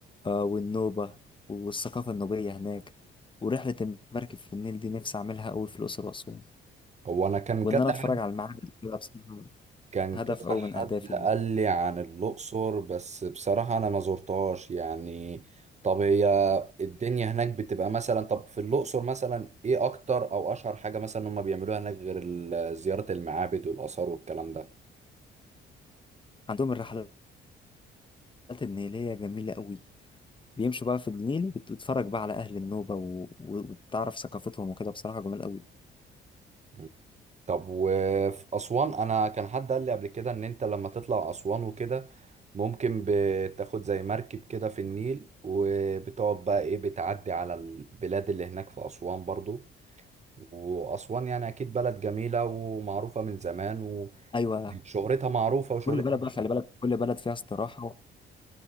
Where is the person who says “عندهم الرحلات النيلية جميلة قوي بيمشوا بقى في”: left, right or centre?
Left